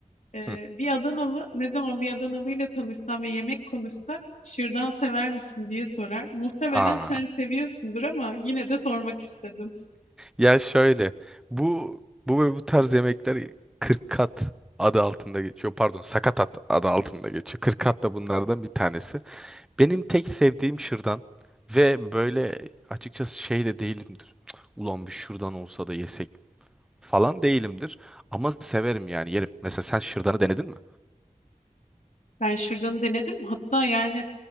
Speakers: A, on the left; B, in the centre.
A: Ee,
B: Hı.
A: bir Adanalı ne zaman bir Adanalı ile tanışsam ve yemek konuşsak şırdan sever misin diye sorar. Muhtemelen
B: Aa,
A: sen seviyorsundur ama yine de sormak istedim.
B: ya şöyle bu bu ve bu tarz yemekler 40 kat adı altında geçiyor. Pardon, sakatat adı altında geçiyor. 40 kat da bunlardan bir tanesi. Benim tek sevdiğim şırdan ve böyle açıkçası şey de değilimdir. Ulan bir şırdan olsa da yesek falan değilimdir. Ama severim yani yerim. Mesela sen şırdanı denedin mi?
A: Ben şırdanı denedim. Hatta yani